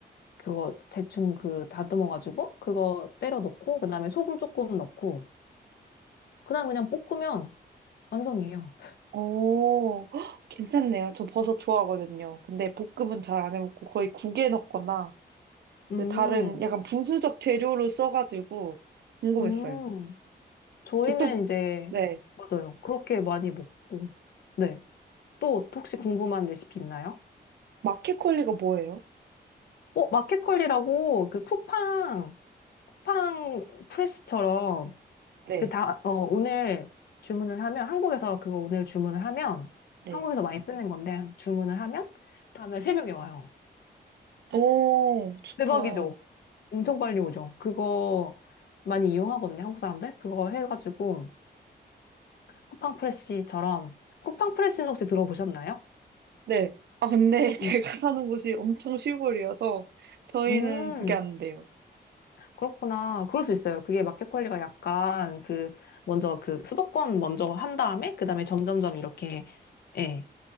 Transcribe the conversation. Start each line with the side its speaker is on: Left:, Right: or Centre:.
Left: 그거 대충 그 다듬어가지고, 그거 때려 넣고, 그 다음에 소금 조금 넣고, 그 다음에 그냥 볶으면 완성이에요.
Right: 오, <gasps> 헉, 괜찮네요. 저 버섯 좋아하거든요. 근데 볶음은 잘 안 해먹고 거의 국에 넣거나
Left: 음,
Right: 그 다른 약간 부수적 재료로 써가지고 궁금했어요.
Left: 음. 저희는
Right: 저 또,
Left: 이제,
Right: 네.
Left: 맞아요. 그렇게 많이 먹고. 네. 또 혹시 궁금한 레시피 있나요?
Right: 마켓컬리가 뭐예요?
Left: 어, 마켓컬리라고 그 쿠팡, 쿠팡 프레스처럼
Right: 네,
Left: 그 다, 어, 오늘 주문을 하면, 한국에서 그거 오늘 주문을 하면,
Right: 네.
Left: 한국에서 많이 쓰는 건데, 주문을 하면, 다음날 새벽에 와요.
Right: 오, 좋다.
Left: 대박이죠? 엄청 빨리 오죠? 그거 많이 이용하거든요, 한국 사람들? 그거 해가지고, 쿠팡 프레시처럼. 쿠팡 프레시는 혹시 들어보셨나요?
Right: 네. 아, 근데 <laughs> 제가
Left: 음.
Right: 사는 곳이 엄청 시골이어서 저희는
Left: 음,
Right: 그게 안 돼요.
Left: 그렇구나. 그럴 수 있어요. 그게 마켓 관리가 약간 그, 먼저 그 수도권 먼저 한 다음에, 그 다음에 점점점 이렇게, 예,